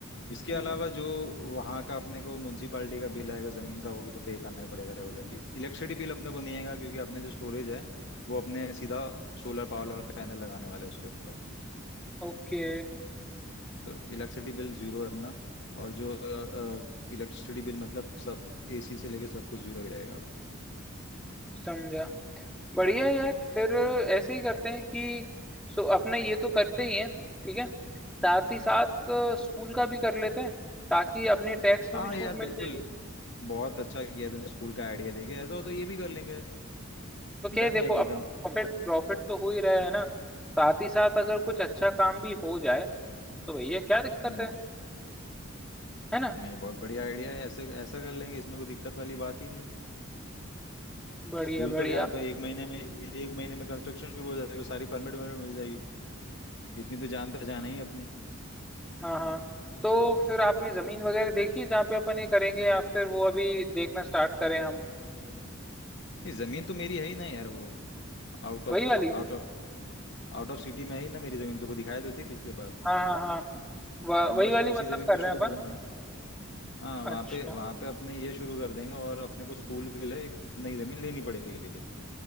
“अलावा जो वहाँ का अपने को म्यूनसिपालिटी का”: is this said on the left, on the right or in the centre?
Left